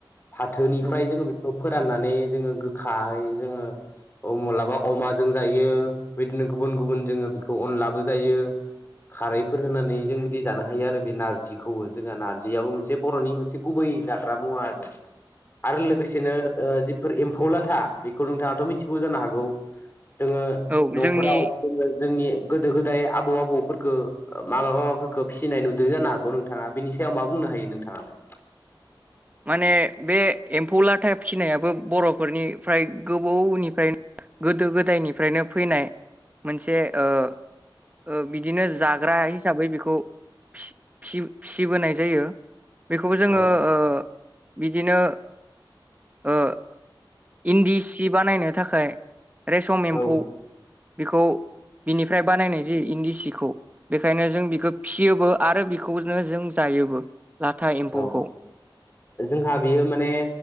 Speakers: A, on the left; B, on the right.
A: फाथोनिफ्राय
B: औ
A: जोङो बेखौ फोराननानै जोङो गोखायै जोङो अ माब्लाबा अमाजों जायो बिदिनो गुबुन गुबुन जोङो बेखौ अनलाबो जायो खारैफोर होनानै जों बिदि जानो हायो आरो बे नारजिखौबो । जोंहा नारजियाबो मोनसे बर'नि मोनसे गुबै जाग्रा मुवा आरो आरो लोगोसेनो ओ जिफोर एम्फौ लाथा बेखौ नोंथाङाथ' मिथिगौ जानो हागौ जोङो
B: औ
A: न'फोराव
B: जोंनि
A: जोङो जोंनि गोदो गोदाय आबौ आबौफोरखो माबा माबाफोरखौ फिसिनाय नुदों जानो हागौ नोंथा थाङा बेनि सायाव मा बुंनो हायो नोंथाङालाय?
B: माने बे एम्फौ लाथायब फिनायाबो बर'फोरनिफ्राय गोबौनिफ्रायनो गोदो गोदायनिफ्रायनो फैनाय मोनसे ओ ओ बिदिनो जाग्रा हिसाबै बेखौ फि फिय फिसिबोनाय जायो । बेखौबो जोङो
A: औ
B: ओ बिदिनो ओ इन्दि सिबानायनो थाखाय रेसम एम्फौ
A: औ
B: बेखौ बिनिफ्राय बानायनाय जायो इन्दि सि बेखौ ओंखायनो जों बिखौ फिसियोबो आरो बेखौनो जों जायोबो राजा इमफौखौ
A: औ जोंहा बियो माने